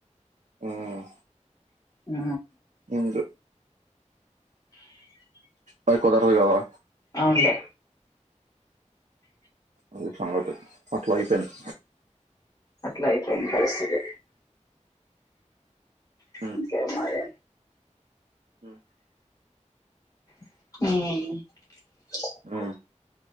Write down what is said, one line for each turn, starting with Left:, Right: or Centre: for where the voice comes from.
Right: మ్మ్
Left: ఆ
Right: ఇంతే మరి కుదరదు కదా
Left: అవునులే
Right: అది సంగతి అట్లా అయిపోయింది
Left: అట్లా అయిపోయింది పరిస్థితి
Right: ఉమ్.
Left: ఇంకేం మరి
Right: ఉమ్.
Left: హ్మ్
Right: ఉమ్.